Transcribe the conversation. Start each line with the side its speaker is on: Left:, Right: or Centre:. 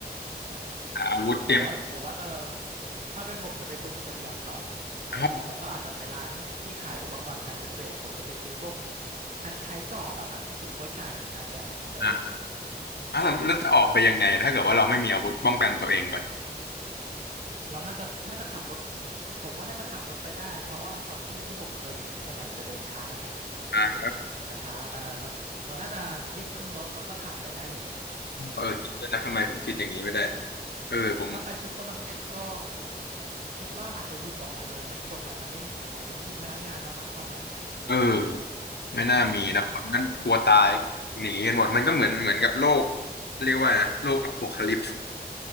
Right: เออ
Left: หาอาวุธเตรียม
Right: ผมว่าผมว่าจะถ้าเป็นผมจะไปตุนเสบียงก่อนเออแล้วก็อาจจะไปร้านที่ขายอุปกรณ์การเกษตรผมจะไปซื้อพวก
Left: ห้อง
Right: คล้ายๆจอบอะครับที่ตือโป้อยก่ายมันใช้อ่ะเออ
Left: อ่ะอ่ะแล้วแล้วจะออกไปยังไงถ้าเกิดว่าเราไม่มีอาวุธป้องกันตัวเองก่อน
Right: <laughs> เราน่าจะน่าจะขับรถผมว่าน่าจะขับรถไปได้เพราะว่าซอมบี้ที่ผมเคยเห็นส่วนใหญ่มันจะเดินช้าไง
Left: อ่า
Right: มันจะเดินแบบช้าๆเออแล้วเราน่าจะรีบขึ้นรถแล้วก็ขับไปได้อยู่
Left: เออจริงด้วยนะทำไมผมคิดอย่างนี้ไม่ได้
Right: อืม
Left: เออผม
Right: ถ้าไปซูเปอร์มาร์เก็ตก็คิดว่าอาจจะหยิบออกมาเลยนะคนอาจจะไม่อาจจะไม่มีพนักงานแล้วมั้งตอนนั้น
Left: เออ ไม่น่ามีนะคนนั้นกลัวตาย
Right: ใช่
Left: หนีกันหมดมันก็เหมือนเหมือนกับโลกเรียกว่านะโลกอโพคาลิปส์